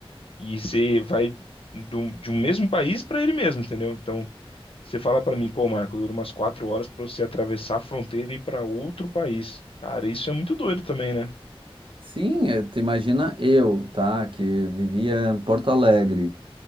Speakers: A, on the left; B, on the right.
A: e você vai do, de um mesmo país para ele mesmo, entendeu? Então, você fala para mim, pô, Marco, dura umas quatro horas para você atravessar a fronteira e ir para outro país. Cara, isso é muito doido também, né?
B: Sim, eh, tu imagina eu, tá, que vivia em Porto Alegre.